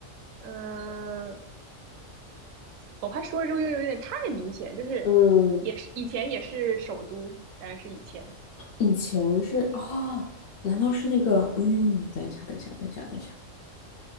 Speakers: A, on the right; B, on the left.
A: 嗯，我怕说了之后又有点太明显，就是也是以前也是首都，
B: 嗯，
A: 当然是以前，
B: 以前是啊，难道是那个？嗯，等一下，等一下，等一下，等一下，